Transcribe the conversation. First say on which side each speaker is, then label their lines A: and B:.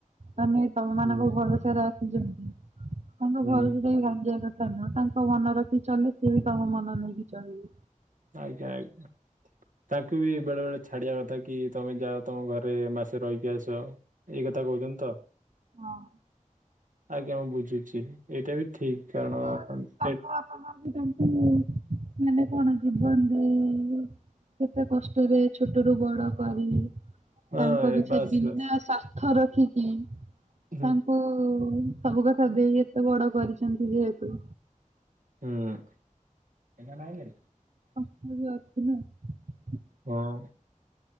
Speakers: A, on the right; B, on the right.
A: ମାନେ ତମ ମାନଙ୍କ
B: ହୁଁ
A: ଭରସାରେ ଆସିଚନ୍ତି ତାଙ୍କ
B: ହୁଁ
A: ଭରସା ଟା ଭାଙ୍ଗିବା କ ନା ତାଙ୍କ ମନ ରଖିକି ଚଳିଲେ ସିଏ ବି ତମ ମନ ନେଇକି ଚଲିବେ।
B: ଆଜ୍ଞା ଆଜ୍ଞା। ତାଙ୍କୁ ବି ବେଳେ ବେଳେ ଛାଡ଼ିବା କଥା କି ତମେ ଯାଅ ତମ ଘରେ ମାସେ ରହିକି ଆସ। ଏଇ କଥା କହୁଛନ୍ତି ତ
A: ହଁ।
B: ଆଜ୍ଞା ମୁଁ ବୁଝୁଛି ଏଇଟା ବି ଠିକ୍
A: ତାଙ୍କ
B: କାରଣ <unintelligible>
A: ତାଙ୍କ ବାପା ମା ବି ତାଙ୍କୁ ମାନେ କଣ ଜୀବନ ଦେଇ କେତେ କଷ୍ଟରେ ଛୋଟରୁୁ ବଡ଼ କରି
B: ହଁ
A: ତାଙ୍କ ପିଛା
B: ବାସ୍
A: ରେ ବିନା
B: ବାସ୍
A: ସ୍ଵାର୍ଥ ରଖିକି
B: ହୁଁ
A: ତାଙ୍କୁ ସବୁ କଥା ଦେଇ ଏତେ ବଡ଼ କରିଛନ୍ତି ଯେହେତୁ
B: ହୁଁ <unintelligible>
A: ଏବେ ବି ଅଛି ନା।
B: ହଁ।